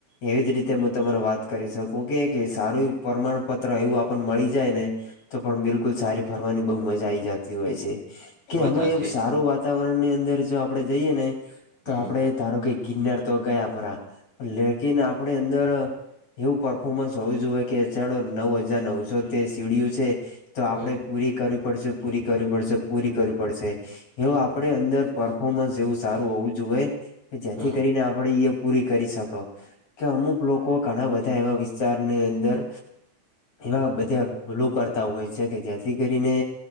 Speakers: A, on the left (about 50°); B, on the right (about 50°).
A: એવી જ રીતે મુંતમારા વાત કરી શકું કે કે સારું પ્રમાણપત્ર એવું આપણ મળી જાય ને તો પણ બિલકુલ સારી ફરવાની બઉ મજા આઈ જાતી હોય છે. કે
B: વધા
A: હમણે
B: છે
A: સારું વાતાવરણની અંદર જો આપડે જઈએ ને તો
B: હમ
A: આપડે ધાડો કે કિન્નર તો ગયાપરા લેકિન આપડે અંદર એવું પરર્ફોર્મન્સ હોઉં જુએ કે એચડો નવ હજાર નવસો તે સીડીિયું છે. તો આપડે
B: હમ
A: પૂરી કરી પડશે, પૂરી કરવી પડસે, પૂરી કરવી પડશે, એવું આપડે અંદર પરફોર્મન્સ જેવુ સારું હોવુ, જુએ કે જેથી
B: હમ
A: કરીને આપડે ઇય પૂરી કરી શકો કે અમુક લોકો ઘણા બધા એવા વિસ્તારને અંદર એમાં બધે ભૂલું કરતા હોય છે કે જેથી કરીને